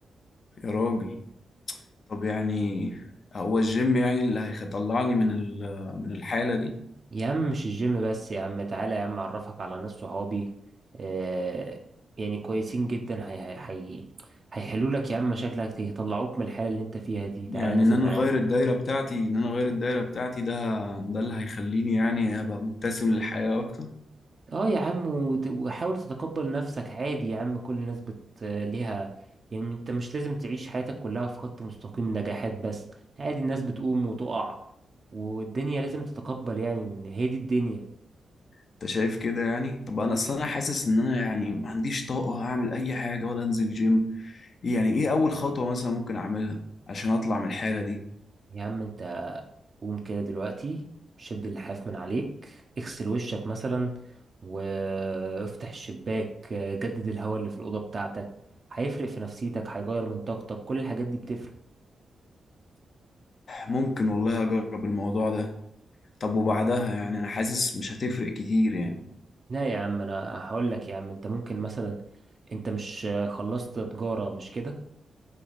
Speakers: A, on the left; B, on the right.
A: يا راجل طب يعني هو الجيم يعني اللي هيطلعني من ال- من الحالة دي
B: يا عم مش الجيم بس يا عم تعالى يا عم اعرفك على ناس صحابي آه يعني كويسين جدا هي هي هي هيحلوا لك يا عم مشاكلك يطلعوك من الحالة اللي انت فيها دي تعالى
A: يعني
B: انزل
A: ان انا
B: معانا
A: اغير الدايرة بتاعتي ان انا اغير الدايرة بتاعتي ده ده اللي هيخليني يعني ابقى مبتسم للحياة اكتر
B: اه يا عم وت- وحاول تتقبل نفسك عادي يا عم كل الناس بت ليها يعني انت مش لازم تعيش حياتك كلها في خط مستقيم نجاحات بس عادي الناس بتقوم وتقع والدنيا لازم تتقبل يعني ان هي دي الدنيا
A: انت شايف كده يعني طب انا اصل انا حاسس ان انا يعني ما عنديش طاقة اعمل اي حاجة ولا انزل جيم إيه يعني ايه اول خطوة مثلا ممكن اعملها عشان اطلع من الحالة دي
B: يا عم انت قوم كده دلوقتي شد اللحاف من عليك اغسل وشك مثلا وافتح الشباك آه، جدد الهواء اللي في الأوضة بتاعتك هيفرق في نفسيتك هيغير من طاقتك كل الحاجات دي بتفرق
A: ممكن والله اجرب الموضوع ده طب وبعدها يعني انا حاسس مش هتفرق كتير يعني
B: لا يا عم انا هقول لك يا عم انت ممكن مثلا انت مش آه، خلصت تجارة مش كده